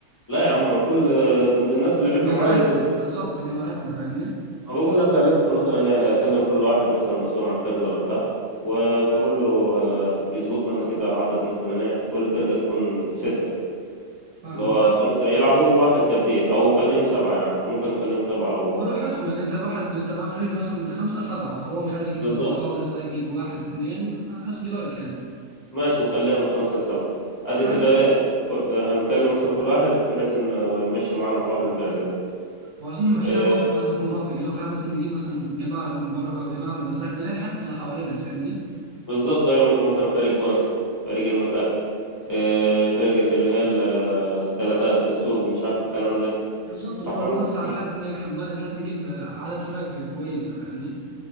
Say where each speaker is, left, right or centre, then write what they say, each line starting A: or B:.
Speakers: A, on the left; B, on the right.
A: لا يا عم كل الناس اللي لعبنا
B: جماعتنا
A: معاها قبل
B: بالظبط جماعتنا فاهمني
A: أنا بقول لك هلف مثلا يعني أكلم كل واحد مثلا مسؤول عن فرقة ولا بتاع وهقول له آه، يظبط لنا كده عدد مثلا إيه كل فرقة تكون ستة
B: حلو
A: اللي هو
B: حق
A: خمسة يلعبوا وواحد تبديل أو خليهم سبعة يعني ممكن نخليهم سبعة لو
B: براحتهم
A: آه،
B: يعني انت الواحد انت معاه فرنج مثلا من خمسه لسبعه هو مش عايز يجيب
A: بالظبط
B: تبديل خالص عايز يجيب واحد اتنين از هي لايك يعني
A: ماشي نخليها من خمسة لسبعة أدي
B: حلو
A: كده إيه، ك- آه، هنكلم مثلا كل واحد بحيث إنه يمشي معانا حوار الفرق ده
B: وعايزين نمشيها
A: آه،
B: برضه حسبة مناطق اللي هو فاهم مثلا نجيب مثلا جماعة من بركة جماعة من مساكن اللي هي الحتت اللي حوالينا دي فاهمني
A: بالظبط أيوة ممكن مثلا فريق بركة فريق المساكن آه، فرقة اللي هي ال- آه، التلاتات السوق مش عارف الكلام ده
B: بالظبط اللي
A: فاحنا
B: هو نوسع
A: ممكن
B: لحد ناجي حمادي بحيث نجيب عدد فرق كويسة فاهمني